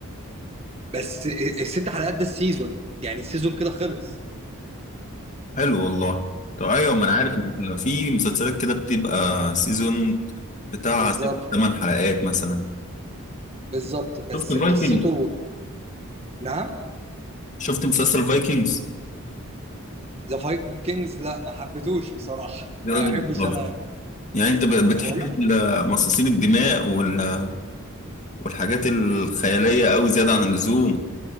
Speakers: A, on the right (about 30°); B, on the left (about 35°).
A: بس الست حلقات ده السيزون يعني السيزون كده خلص
B: حلو والله طب ايوه ما انا عارف إن في مسلسلات كده بتبقى سيزون بتاع
A: بالظبط
B: ست ثمان حلقات مثلا
A: بالظبط بس
B: شفت فايكنج
A: قصته نعم
B: شفت مسلسل فايكنجز
A: ذا فايكنجز لا ما حبيتهوش بصراحه
B: يا
A: ما
B: راجل
A: احبش
B: بتهزر.
A: انا
B: يعني انت ب- بتحب
A: والله
B: ال- مصاصين الدماء وال- والحاجات الخياليه قوي زياده عن اللزوم